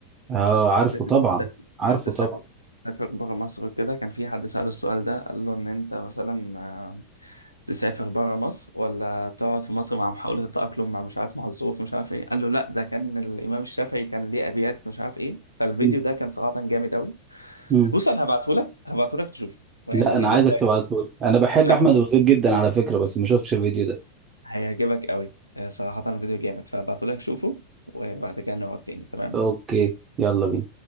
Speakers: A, on the right; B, on the left.
A: اه عارفه
B: فاتت
A: طبعا
B: ان انت ان
A: عارفه
B: انت تسافر
A: طبعا
B: تسافر بره مصر وكده كان في حد سأله السؤال ده قال له ان انت مثلا آه، تسافر بره مصر ولا تقعد في مصر مع محاولة التأقلم مع مش عارف مع الظروف مش عارف ايه قال له لا ده كان الإمام الشافعي كان ليه أبيات مش عارف ايه فالفيديو
A: مم.
B: ده كان صراحة جامد قوي
A: مم.
B: بص انا هبعته لك هبعته لك تشوف يعني
A: لا انا
B: بص
A: عايزك تبعتهولي انا بحب
B: هي-
A: احمد وزيد جدا على فكرة بس ما شفتش الفيديو ده
B: هيعجبك قوي آه، صراحة الفيديو جامد فهبعته لك شوفه وبعد كده نقعد تاني تمام
A: اوكي يلا بينا